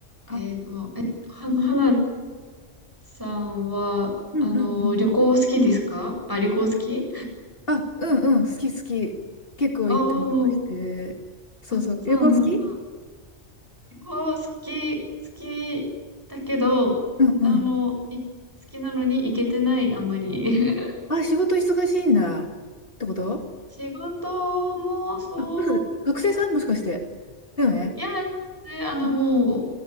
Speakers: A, on the left; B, on the right.
A: あ、
B: えー、もうえーと、は、はなさんは、
A: うんうんうん。
B: あの、旅行好きですかあ、旅行好き
A: あ、うんうん、好き好き。結構行ったりとかして。
B: おー、
A: そうそう。
B: あ、そうなんだ。
A: 旅行好き
B: 旅行好き、好きだけど、
A: うんうん。
B: あの、い、好きなのに行けてない、あんまり。<laughs>
A: あ、仕事忙しいんだ。ってこと
B: 仕事もそう、
A: あ、もしかして学生さんもしかして。だよね。
B: いや、ね、あの、
A: うん
B: もう、